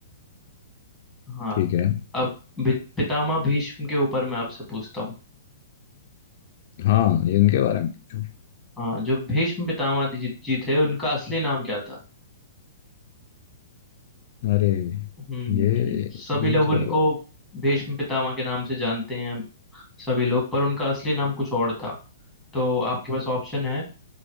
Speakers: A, in the centre; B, on the left.
A: हाँ
B: ठीक है
A: अब भि- पितामह भीष्म के ऊपर मैं आपसे पूछता हूँ
B: हाँ ये इनके बारे में पूछो
A: हाँ जो भीष्म पितामह जी, जी थे उनका असली नाम क्या था
B: अरे
A: हम्म
B: ये
A: सभी
B: ये
A: लोग
B: तो
A: उनको भीष्म पितामह के नाम से जानते हैं सभी लोग पर उनका असली नाम कुछ और था तो आपके पास ऑप्शन है